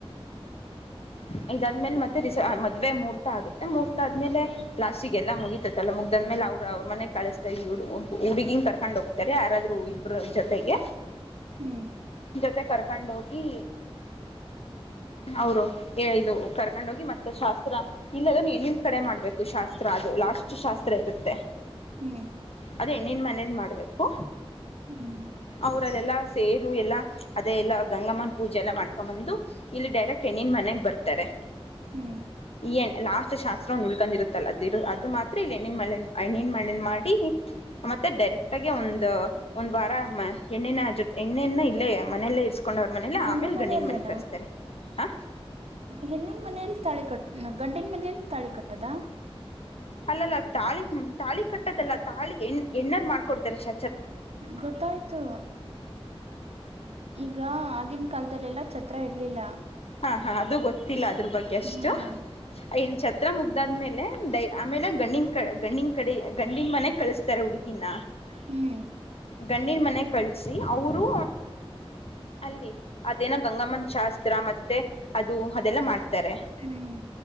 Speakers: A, on the left; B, on the right.
A: ಹ <inaudible> ಇದಾದ್ಮೇಲೆ ಮತ್ತೆ ರಿಸ ಮದ್ವೆ ಮುಹರ್ತ ಆಗುತ್ತೆ ಮುಹರ್ತ ಆದ್ಮೇಲೆ ಲಾಸ್ಟಿಗ್ ಎಲ್ಲ ಮುಗಿತತಲ್ಲ ಮುಗ್ದಾದ್ಮೇಲೆ ಅವರು ಅವ್ರ ಮನೆ ಕಳಿಸದೇ ಇವರು ಹುಡುಗಿನ್ ಕರ್ಕೊಂಡ್ ಹೋಗ್ತಾರೆ ಯಾರಾದ್ರು ಇಬ್ರ ಜೊತೆಗೆ
B: ಹ್ಮ್
A: ಜೊತೆ ಕರ್ಕೊಂಡ ಹೋಗಿ ಅವರು, ಇದು ಕರ್ಕೊಂಡ ಹೋಗಿ ಮತ್ತೆ ಶಾಸ್ತ್ರ ಇಲ್ಲದನ್ನು ಹೆಣ್ಣಿನ ಕಡೆ ಮಾಡ್ಬೇಕು ಶಾಸ್ತ್ರ ಅದು. ಲಾಸ್ಟ್ ಶಾಸ್ತ್ರ, ತ್ರ ಇರುತ್ತೆ.
B: ಹ್ಮ್.
A: ಅದ ಹಹೆಣ್ಣಿನ ಮನೇಲಿ ಮಾಡ್ಬೇಕು.
B: ಹ್ಮ್.
A: ಅವರಲ್ಲೆಲ್ಲಾ ಸೇರು ಎಲ್ಲಾ ಅದೇ ಎಲ್ಲಾ ಗಂಗಮ್ಮನ ಪೂಜೆ ಎಲ್ಲ ಮಾಡ್ಕೊಂಡ ಬಂದು, ಇಲ್ಲಿ ಡೈರೆಕ್ಟ್ ಹೆಣ್ಣಿನ ಮನೆಗ್ ಬರ್ತಾರೆ.
B: ಹ್ಮ್.
A: ಏನ್ ಲಾಸ್ಟ್ ಶಾಸ್ತ್ರ ಒಂದು ಉಳ್ಕೊಂಡಿರುತ್ತಲ್ಲ ಅದ ಇ ಅದು ಮಾತ್ರ ಇಲ್ಲಿ ಎಣ್ಣಿನ ಮಳೆ ಹೆಣ್ಣಿನ ಮಳೆನ್ ಮಾಡಿ. ಮತ್ತೆ ಡೈರೆಕ್ಟ್ ಆಗಿ ಒಂದು ಒಂದ್ ವಾರ ಹೆಣ್ಣಿನ ಜೊ ಹೆನ್ನಿನ್ ಇಲ್ಲೇ ಮನೆಯಲ್ಲೇ ಇ ಕೊಂಡ್ರ ಮನೇಲಿ
B: ಹೆಣ್ಣು
A: ಆಮೇಲೆ
B: ಮನೆಯಲ್ಲೇನಾ
A: ಗಂಡಿನ ಮನೆ ಕರೆಸ್ತಾರೆ ಹ.
B: ಹೆಣ್ಣಿನ ಮನೆಯಲ್ಲಿ ತಾಳಿ ಕಟ್ಟ ಗಂಡಿನ ಮನೇಲಿ ತಾಳಿ ಕಟ್ಟದಾ.
A: ಅಲ್ಲಲ್ಲಾ ತಾಳಿ ಹ್ಮ್ ತಾಳಿ ಕಟ್ಟದಲ್ಲ ತಾಳಿ ಎಣ್ಣ ಎಣ್ಣಾರ್ ಮಾಡ್ಕೊಡ್ತಾರೆ. ಚ
B: ಗೊತ್ತಾಯ್ತು. ಈಗ ಆಗಿನ ಕಾಲದಲ್ಲೆಲ್ಲ, ಚತ್ರ ಇರಲಿಲ್ಲ.
A: ಹಾ ಹಾ ಅದು ಗೊತ್ತಿಲ್ಲ
B: ಸ
A: ಅದ್ರ ಬಗ್ಗೆ ಅಷ್ಟು.
B: ಹ್ಞೂ
A: ಇನ್ ಚ ಶಾಸ್ತ್ರ ಮುಗ್ದಾದ್ಮೇಲೆ ಆಮೇಲೆ ಗಂಡಿನ ಕ ಗಂಡಿನ್ ಕಡೆ ಗಂಡಿನ ಮನೆ ಕಳಿಸ್ತಾರೆ ಹುಡ್ಗಿನ.
B: ಹ್ಮ್.
A: ಗಂಡಿನ ಮನೆಗ ಕಳಿಸಿ ಅವರು, ಅಲ್ಲಿ ಅದೇನೋ ಗಂಗಮ್ಮನ್ ಶಾಸ್ತ್ರ, ಮತ ತೆ ಅದು ಅದೆಲ್ಲ ಮಾಡ್ತಾರೆ.
B: ಹ್ಞೂ